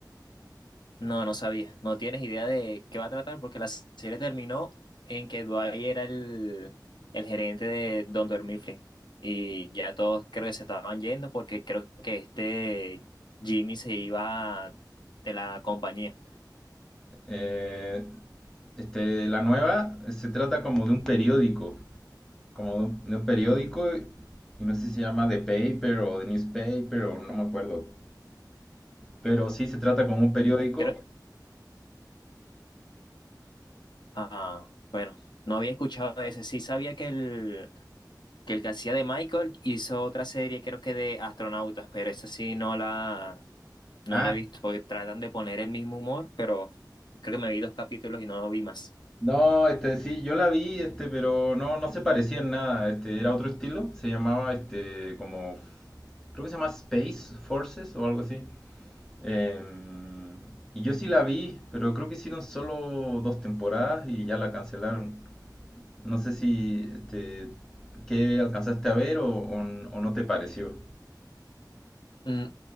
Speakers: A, on the left; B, in the centre.
A: no, no sabía. No tienes idea de qué va a tratar porque la serie terminó en que Dwight era el, el gerente de Don Mifflin y ya todos creo que se estaban yendo porque creo que este Jimmy se iba de la compañía.
B: Eh, este, la nueva eh, se trata como de un periódico como de un, de un periódico, y no sé si se llama The Paper o The Newspaper o no me acuerdo, pero sí se trata como un periódico.
A: Mm, Creo, ah, bueno, no había escuchado ese. Sí sabía que el que el que hacía de Michael hizo otra serie, creo que de astronautas, pero esa sí no la, no
B: Ah,
A: la he visto, porque tratan de poner el mismo humor, pero creo que me vi dos capítulos y no lo vi más.
B: no, este sí, yo la vi, este, pero no, no se parecía en nada, este, era otro estilo, se llamaba este como, creo que se llama Space Forces o algo así. Em, y yo sí la vi, pero creo que hicieron solo dos temporadas y ya la cancelaron. No sé si, este, ¿qué alcanzaste a ver o o- n- o no te pareció?
A: Mm,